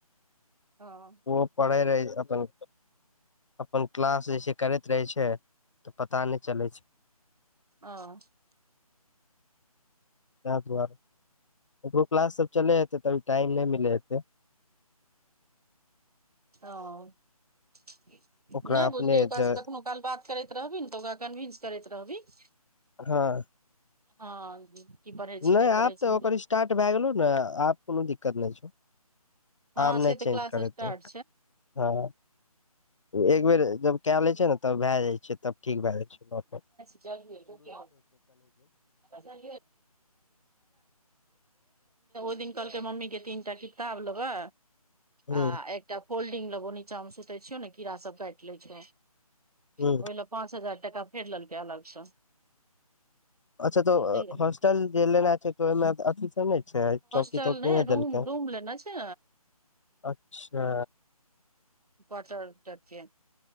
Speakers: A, on the right; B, on the left.
A: हँ
B: ओ पढ़ै रहै अपन अपन क्लास जे छै करैत रहै छै तऽ पता नहि चलै छै
A: अ -
B: ताहि दुआरे ककरो क्लास सब चलै हेतै तभी टाइम नहि मिलै हेतै
A: हँ नहि
B: ओकरा
A: बुझलियै
B: अपने
A: ओकरा
B: ज
A: सँ कखनऊ काल बात करैत रहबि ने तऽ ओकरा कन्विन्स करैत रहबिही
B: हँ
A: हँ की पढ़ै छी
B: नहि आब
A: पढ़ै छी
B: तऽ ओकर स्टार्ट भए गेलौ ने आब कोनो दिक्कत नहि छौ
A: हँ
B: आब
A: से
B: नै
A: तऽ
B: चेंज
A: क्लास
B: करेतो
A: स्टार्ट
B: हँ एकबेर जब कए लै छै ने तब भए जाइ छै तब ठीक भए जाइ छै घर पर
A: जल्द त <unintelligible> <unintelligible> ओहि दिन कहलकै मम्मीे तीनटा क ताब लैबे
B: हूं
A: आ एकटा फोल्डिंग लेबौ नीचा मे सुतै छियौ ने कीड़ा सब काटि लै छ ओहि
B: हूं
A: लेल पाँच हजार टाका फेर लेलकै अलगसँ
B: अच्छा तऽ
A: <unintelligible> नै रहै
B: हॉस्टल जे लेना छै तऽ ओहिमे अथी सब नहि छै चौकी
A: चल
B: तौकी
A: ने
B: नहि
A: रूम
B: देलकै
A: रूम लेने छै
B: अच्छा
A: बटर टाइप के